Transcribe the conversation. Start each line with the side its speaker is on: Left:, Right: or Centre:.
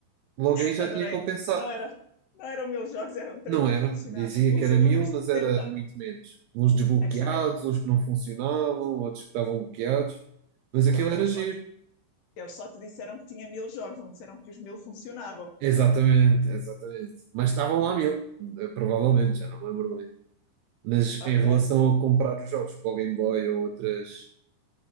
Right: Logo aí já
Left: Adorei.
Right: tinha compensado.
Left: Não era, não eram mil jogos, eram 30
Right: Não eram,
Left: que funcionavam.
Right: dizia
Left: Os
Right: que era
Left: outros
Right: mil, mas
Left: 70.
Right: era muito menos. Uns desbloqueados,
Left: a questão é,
Right: uns que não funcionavam, outros que estavam bloqueados, mas
Left: pronto,
Right: aquilo era
Left: eles
Right: giro.
Left: só Eles só te disseram que tinha mil jogos, não disseram que os mil funcionavam.
Right: Exatamente, exatamente. Mas estavam lá mil, eh, provavelmente, já não me lembro bem. Mas
Left: Ok.
Right: em relação a comprar os jogos para o Game Boy ou outras,